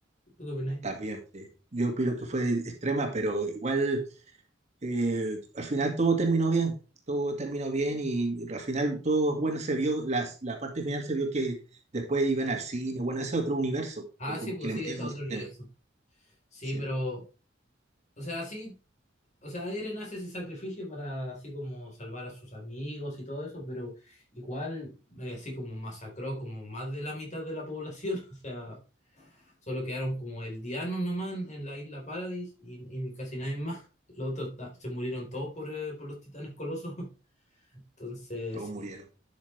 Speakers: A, on the left; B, on the right.
A: ¿Tú qué opinas?
B: también, sí. Yo opino que fue extrema, pero igual eh, al final todo terminó bien. Todo terminó bien y, al final todo bueno se vio, las, la parte final se vio que después iban al cine. Bueno, ese es otro universo
A: Ah,
B: como
A: sí, pues
B: que le
A: sí,
B: metieron
A: ese es otro
B: los
A: universo.
B: temas.
A: Sí,
B: Sí,
A: pero, o sea, sí, o sea, Eren hace ese sacrificio para así como salvar a sus amigos y todo eso, pero igual eh, así como masacró como más de la mitad de la población, <laughs> o sea, solo quedaron como el Diano nomás en en la isla Paradis y, y casi nadie más. Los otros ta- se murieron todos por, eh, por los titanes colosos. <laughs> Entonces,
B: todos
A: sí,
B: murieron.